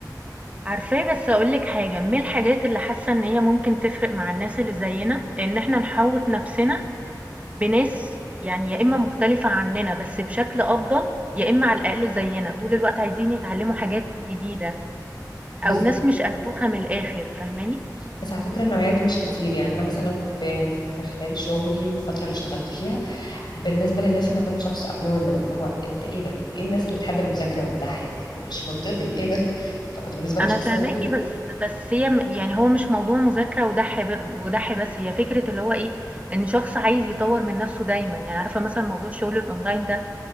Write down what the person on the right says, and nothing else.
عارفاه بس هاقول لِك حاجة، من الحاجات اللي حاسة إن هي ممكن تفرق مع الناس اللي زيّنا، إن إحنا نحوّط نَفْسنا بناس يعني يا إما مختلفة عننا بس بشكل أفضل، يا إما على الأقل زينا، طول الوقت عايزين يتعلموا حاجات جديدة،
أو ناس مش أنتوخة من الآخر، فاهماني؟
أنا
فاهماكِ
بس بس هي م يعني هو مش موضوع مذاكرة ودَح ب ودَح بس، هي فكرة اللي هو إيه، إن شخص عايز يطوّر من نَفْسه دايمًا، يعني عارفة مثلًا موضوع الشغل الأونلاين ده،